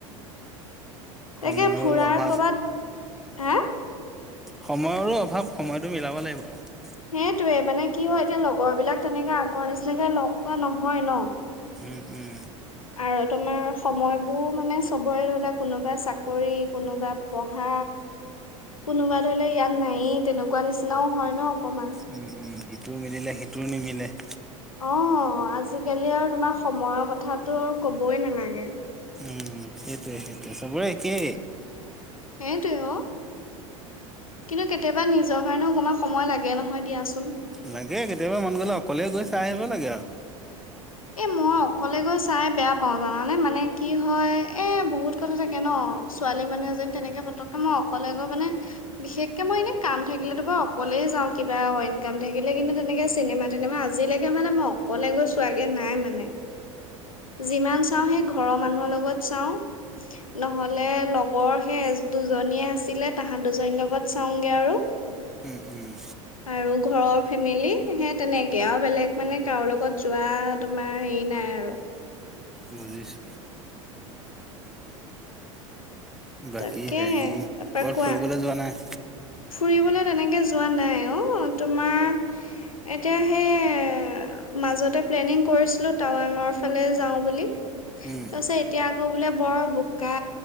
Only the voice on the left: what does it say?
তাকে ফুৰা
কৰ'বাত হা।।
সেইটয়ে মানে কি হয় এতিয়া লগৰ বিলাক তেনেকে আগৰ নিচিনাকে লগ পোৱা নহয়। ন
আৰু তোমাৰ সময়বোৰ মানে চবৰে ধৰিলোৱা কোনোবা চাকৰি। কোনোবা পঢ়া, কোনোবা ধৰি লোৱা ইয়াত নায়েই। তেনেকুৱা নিচিনাও হয় ন অকমান।
অ আজিকালি আৰু তোমাৰ সময়ৰ কথাতটো আৰু ক'বই নালাগে।
সেই টোৱে অ। কিন্তু কেতিয়াবা নিজৰ কাৰণেও অকমান সময় লাগে নহ। হয় দিয়াচোন,
এ মই অকলে গৈ চাই বেয়া পাওঁ। জানানে মানে কি হয় এ বহুত কথা থাকে ন? ছোৱালী মানুহ এজনী তেনেকে পতককে মই অকলে গৈ মানে বিশেষকে মই এনে কাম থাকিলেতো বাৰু অকলেই যাওঁ। কিবা ইনকাম থাকিলে কিন্তু তেনেকে চিনেমা তিনেমা আজিলৈকে মানে মই অকলে গৈ চোৱ।।। এ নাই মানে যিমান চাওঁ সেই ঘৰৰ মানুহৰ লগত চাওঁ। নহলে লগৰ সেই এ দুজনীয়ে আছিলে, তাহাঁত দুজনীৰ লগত চাওঁগে আৰু
আৰু ঘৰৰ ফেমিলি সে তেনেকে আৰু বেলেগ মানে কাৰো লগত যোৱা।। তোমাৰ হেৰি নাই আৰু।
তাকেহে
তাৰপৰা
কোৱা
ফুৰিবলৈ তেনেকৈ যোৱা নাই অ তোমাৰ এতিয়া সেই মাজতে প্লেনিং কৰিছিলোঁ টাৱাঙৰ ফালে যাওঁ বুলি তাৰপাছত
এতিয়া ক' বোলে বৰ বোকা